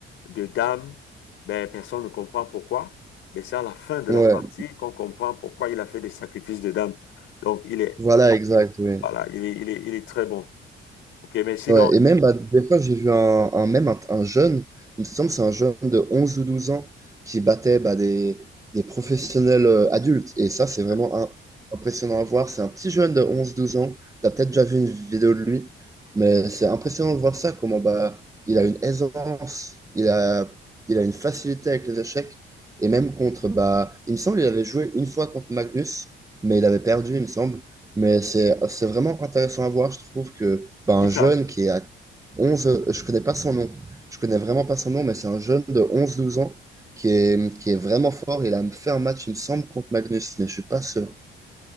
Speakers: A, on the left; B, on the right.
A: de dames. Ben, personne ne comprend pourquoi. Mais c'est à la fin de
B: ouais.
A: la partie qu'on comprend pourquoi il a fait des sacrifices de dames. Donc, il est,
B: Voilà, exact, oui.
A: voilà, il est, il est, il est très bon. OK, mais sinon,
B: Ouais, et même, bah, des fois, j'ai vu un, un même un, un jeune, il me semble que c'est un jeune de 11 ou 12 ans qui battait bah, des, des professionnels euh, adultes. Et ça, c'est vraiment
A: hein,
B: un- impressionnant à voir. C'est un petit jeune de onze douze ans. Tu as peut-être déjà vu une vidéo de lui, mais c'est impressionnant de voir ça, comment bah, il a une aisance, il a, il a une facilité avec les échecs. Et même contre, bah, il me semble qu'il avait joué une fois contre Magnus, mais il avait perdu, il me semble. Mais c'est, c'est vraiment intéressant à voir, je trouve que bah, un
A: qui ça?
B: jeune qui est à 11. je connais pas son nom, je connais vraiment pas son nom, mais c'est un jeune de onze, douze ans qui est, qui est vraiment fort. Il a fait un match, il me semble, contre Magnus, mais je suis pas sûr.